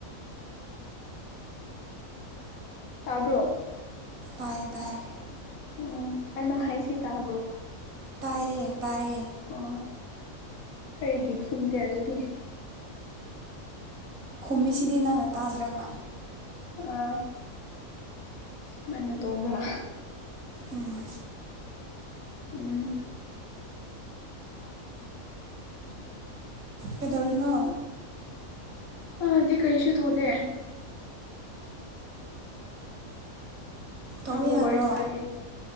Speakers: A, on the left; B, on the right.
A: ꯇꯥꯕ꯭ꯔꯣ
B: ꯇꯥꯏꯌꯦ ꯇꯥꯏꯌꯦ
A: ꯑꯣ ꯀꯩꯅꯣ ꯍꯥꯏꯁꯤ ꯇꯥꯕ꯭ꯔꯣ
B: ꯇꯥꯏꯌꯦ ꯇꯥꯏꯌꯦ
A: ꯑꯣ ꯀꯔꯤꯒꯤ ꯈꯨꯝꯗꯦ ꯑꯗꯨꯗꯤ
B: ꯈꯨꯝꯃꯤꯁꯤꯗꯤ ꯅꯪꯅ ꯇꯥꯗ꯭ꯔꯒ
A: ꯑ ꯁꯨꯃꯥꯏꯅ ꯇꯧꯕ꯭ꯔꯥ
B: ꯎꯝ
A: ꯎꯝ
B: ꯀꯗꯧꯔꯤꯅꯣ
A: ꯃꯥꯗꯤ ꯀꯔꯤꯁꯨ ꯇꯧꯗꯦ
B: ꯇꯧꯕ
A: ꯅꯪ ꯕꯨ
B: ꯌꯥꯗ꯭ꯔꯣ
A: ꯋꯥꯔꯤ ꯆꯥꯏꯌꯦ